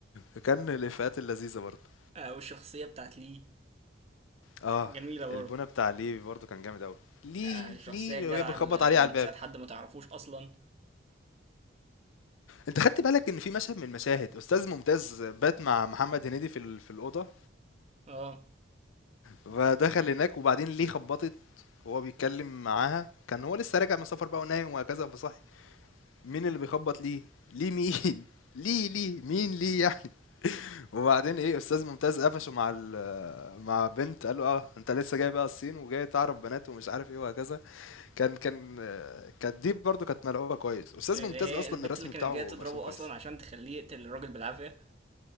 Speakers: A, on the left; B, on the right.
A: فكان الإفيهات اللذيذة برضه.
B: آه، والشخصية بتاعت لي
A: آه،
B: جميلة برضه
A: البونة بتاع ليه برضه كان جامد أوي. ليه،
B: آه، الشخصية
A: ليه
B: الجدعة
A: وهي بتخبط
B: اللي
A: عليه
B: اللي
A: على الباب.
B: بتساعد حد ما تعرفوش أصلا
A: أنت خدت بالك إن في مشهد من المشاهد أستاذ ممتاز بات مع محمد هنيدي في ال في الأوضة؟
B: اه
A: فدخل هناك وبعدين ليه خبطت وهو بيتكلم معاها كان هو لسه راجع من سفر بقى ونايم وهكذا فصحي مين اللي بيخبط ليه ليه مين <laughs> ليه ليه مين ليه يعني وبعدين ايه استاذ ممتاز قفشه مع ال- مع بنت قال له اه انت لسه جاي بقى الصين وجاي تعرف بنات ومش عارف ايه وهكذا كان كان آه، كانت دي برضو كانت ملعوبه كويس استاذ
B: اللي
A: ممتاز
B: هي
A: اصلا
B: البنت
A: الرسم
B: اللي كانت
A: بتاعه
B: جايه تضربه
A: مرسوم كويس
B: اصلا عشان تخليه يقتل الراجل بالعافيه